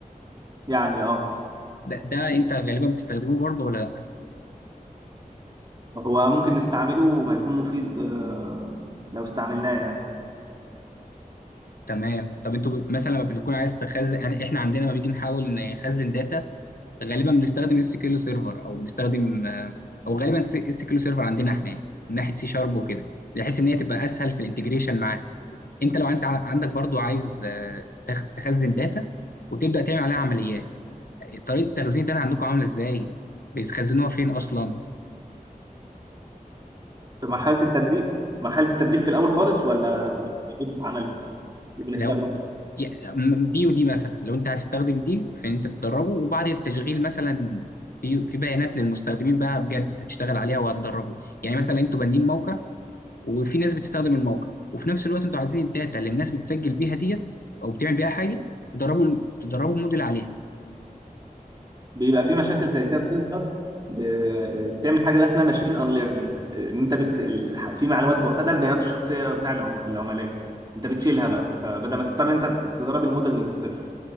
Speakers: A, on the right; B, on the left.
A: يعني اه
B: ده, ده انت غالبا بتستخدمه برضو ولا
A: هو ممكن نستعمله وهيكون مفيد آه، لو استعملناه يعني
B: تمام طب انتوا ب- مثلا لما بيكون عايز تخزن يعني احنا عندنا لما بيجي نحاول نخزن داتا غالبا بنستخدم اس كيلو سيرفر او بنستخدم آه، او غالبا اس كيلو سيرفر عندنا احنا من ناحيه سي شارب وكده بحيث ان هي تبقى اسهل في الانتجريشن معاه انت لو انت ع- عندك برضو عايز آه، تخ- تخزن داتا وتبدا تعمل عليها عمليات طريقه تخزين الداتا عندكم عامله ازاي بتخزنوها فين اصلا
A: في مرحلة التدريب مرحلة التدريب في الأول خالص ولا ولا بتتعمل وبنختبره
B: لو يا- م- دي ودي مثلا لو انت هتستخدم دي في ان انت تدربه وبعد التشغيل مثلا في في بيانات للمستخدمين بقى بجد هتشتغل عليها وهتدربه يعني مثلا انتوا بانين موقع وفي ناس بتستخدم الموقع وفي نفس الوقت انتوا عايزين الداتا اللي الناس بتسجل بيها ديت او بتعمل بيها حاجه تدربوا تدربوا الموديل عليها
A: بيبقى في مشاكل زي كده بتظهر ب- بتعمل حاجة بقى اسمها ماشين ان ليرنينج ان انت بت... ال- في معلومات هو خدها البيانات الشخصية بتاع العم... العملاء انت بتشيلها بقى فبدل ما تضطر إن انت تدرب الموديل من الصفر